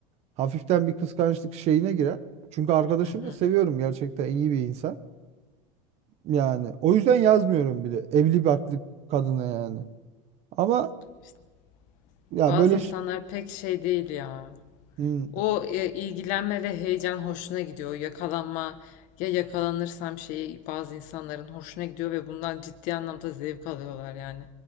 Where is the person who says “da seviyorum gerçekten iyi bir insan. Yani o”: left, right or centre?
Right